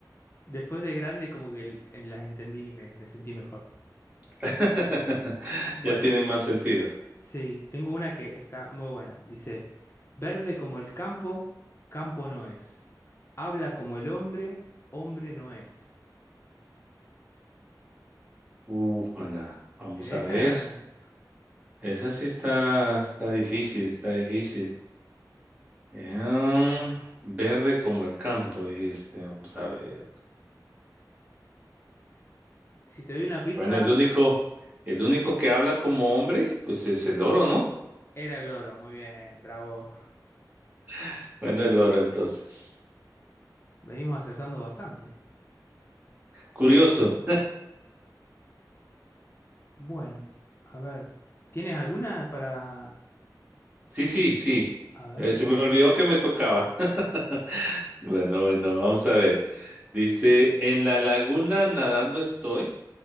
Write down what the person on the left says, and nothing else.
Después de grande como que l- eh, las entendí y me, me sentí mejor.
Bueno,
sí, tengo una que está muy buena. Dice, verde como el campo, campo no es. Habla como el hombre, hombre no es.
<laughs> Ejá.
Si te doy una pista...
Era el loro, muy bien, bravo.
Venimos acertando bastante.
Bueno, a ver, ¿tienes alguna para...
A ver
si...